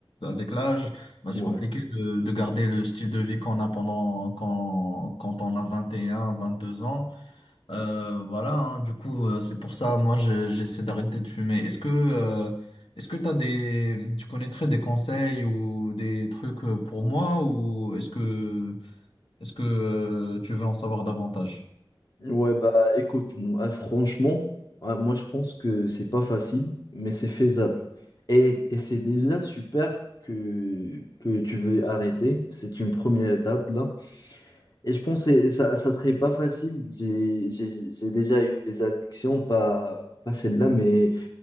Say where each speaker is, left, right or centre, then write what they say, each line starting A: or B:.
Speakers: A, on the left; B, on the left.
A: avec l'âge, bah, c'est
B: ouais.
A: compliqué de, de garder le style de vie qu'on a pendant, quand, quand on a vingt et un, vingt deux ans. Euh, voilà, hein, du coup, euh, c'est pour ça, moi, je- j'essaie d'arrêter de fumer. Est-ce que, euh, est-ce que t'as des, tu connaîtrais des conseils ou des trucs euh, pour moi ou est-ce que, est-ce que, euh, tu veux en savoir davantage?
B: Ouais, bah écoute, m- euh, franchement, euh, moi je pense que c'est pas facile, mais c'est faisable. Et, et c'est déjà super que, que tu veux arrêter. C'est une première étape là. Et je pense que ça, ça serait pas facile. J'ai j'ai- j'ai déjà eu des addictions, pas, pas celle-là, mais,